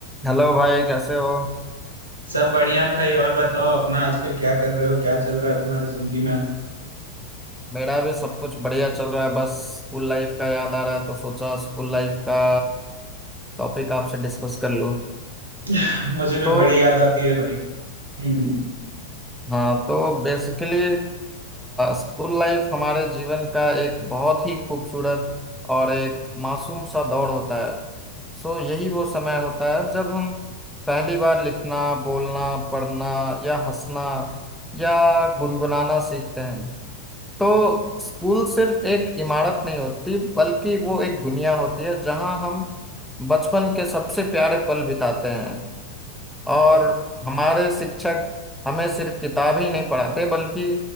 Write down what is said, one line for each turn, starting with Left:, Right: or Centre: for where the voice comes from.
Centre: हेलो भाई कैसे हो
Right: सब बढ़िया भाई और बताओ अपना आजकल क्या कर रहे हो क्या चल रहा है तुम्हारी जिंदगी में
Centre: मेरा भी सब कुछ बढ़िया चल रहा है बस स्कूल लाइफ का याद आ रहा है तो सोचा स्कूल लाइफ का टॉपिक आपसे डिस्कस कर लूं
Right: <laughs> मुझे भी
Centre: तो
Right: बड़ी याद आती है भाई हम्म
Centre: हाँ तो बेसिकली स्कूल लाइफ हमारे जीवन का एक बहुत ही खूबसूरत और एक मासूम सा दौर होता है सो यही वो समय होता है जब हम पहली बार लिखना बोलना पढ़ना या हंसना या गुनगुनाना सीखते हैं तो स्कूल सिर्फ एक इमारत नहीं होती बल्कि वो एक दुनिया होती है जहां हम बचपन के सबसे प्यारे पल बिताते हैं और हमारे शिक्षक हमें सिर्फ किताब ही नहीं पढ़ाते बल्कि